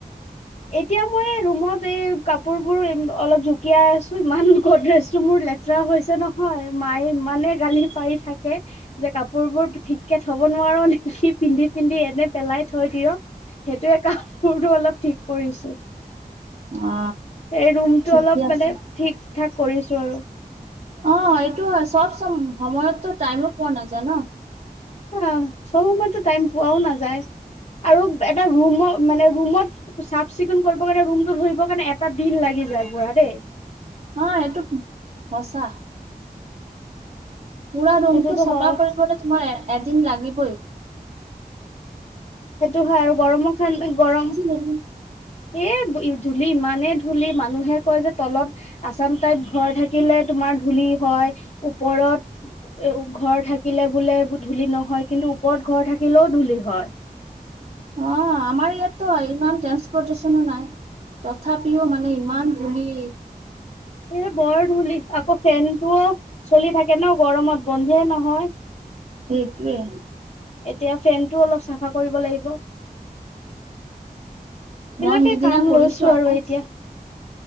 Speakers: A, on the left; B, on the right.
A: এতিয়া মই ৰুমত এই কাপোৰ বোৰ অলপ জুকিয়াই আছো, ইমান গড্ৰেছটো মোৰ লে। লেতেৰা হৈছে নহয়, মায়ে ইমানে গালি পাৰি থাকে। যে কাপোৰ বোৰ ঠিক কে থব নোৱাৰো নেকি পিন্ধি পিন্ধি এনে পেলাই থৈ দিঅ। সেইটোয়ে কাপোৰটো অলপ ঠিক কৰিছো।
B: অ
A: এই ৰুমটো
B: ঠিকে
A: অলপ
B: আছে
A: মানে ঠিক, ঠাক কৰিছোঁ আৰু।
B: অঁ, এইটো হয় চব চ, সময়তো টাইমো পোৱা নাযায় ন।
A: অঁ, চব সময়তো টাইম পোৱাও নাযায় আৰু এটা ৰুমত মানে ৰুমত। চাফ চিকুণ কৰিবৰ কাৰণে ৰুমতটো ধৰিবৰ কাৰণে এটা দিন লাগি যায় পুৰা দেই।
B: অঁ, এইটো সঁচা। পুৰা ৰুমটো
A: সেইটোতো
B: চাফা
A: হয়
B: কৰিবলৈ, তোমাৰ এ এদিন লাগিবৈ।
A: সেইটো হয়, আৰু গৰমৰ থা গৰম।
B: হেৰি
A: এ ধূলি ইমানে ধূলি মানুহে কয় যে তলত। আচাম টাইপ ঘৰ থাকিলে তোমাৰ ধূলি হয় ওপৰত। এ ঘৰ থাকিলে বোলে ধূলি নহয় কিন্তু ওপৰত ঘৰ থাকিলেও ধূলি হয়।
B: অ' আমাৰ ইয়াতো ইমান টেস পৰটচনো নাই, তথাপিও মানে ইমান ধুলি।
A: এ বৰ ধূলি, আকৌ ফেনটোও চলি থাকে ন গৰমত বন্ধে নহয়।
B: সেইটোৱে।
A: এতিয়া ফেনতটো অলপ চাফা কৰিব লাগিব। এই বিলাকে
B: মই সিদিনা
A: কাম
B: কৰিছো
A: লৈছো
B: আকৌ
A: আৰু এতিয়া।